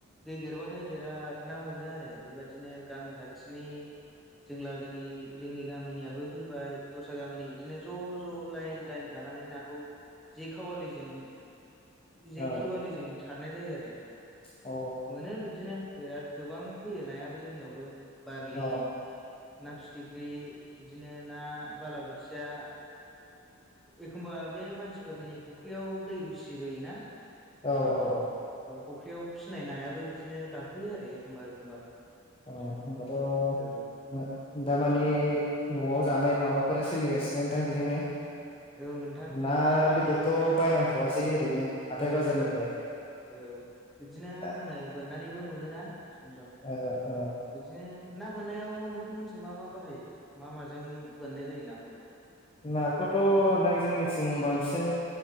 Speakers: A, in the centre; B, on the left.
A: दै देरबाथाय बिराद ना मोनो आरो बे बायदिनो गामि खाथिनि जों लागोनि जोंनि गामिनियाबो फैबाय दस्रा गामिनि बिदिनो ज' ज' लाइन लाइन थानानै नाखौ जे खावालिजों जे
B: औ
A: खेवालिजों सारनाय जायो आरो
B: औ
A: मोनो बिदिनो बिराद गोबां फैयो नायाबो जोंनियावबो बारलि
B: औ
A: ना फिथिख्रि बिदिनो ना बालाबोथिया एखमबा बे मानसिफोरनि फुख्रियाव दै उसिबोयोना
B: औ औ औ
A: फख्रियाव फिसिनाय नायाबो बिदिनो गाखोयो आरो एखमबा एखमबा
B: औ होनबाथ
A: औ
B: दामाने न'आव जानाय माबाफोरा सोलिगासिनो नोंथां बेजोंनो
A: औ नोंथां बिदिनो
B: ना
A: आरो
B: बेदरथ' बायनांथ'वासै ओरैनो हाथाय
A: औ
B: बाजारनिफ्राय
A: औ औ बिदिनो
B: दा
A: आरो हनै बोननानैबो मोनोना सम सम
B: ओ ओ
A: बिदिनो ना बोननायाव नोंथांमोनथिं मा मा बाहायो मा माजों बोननाय जायो नाखौलाय?
B: नाखौथ' नोंथां जोंनिथिं बांसिन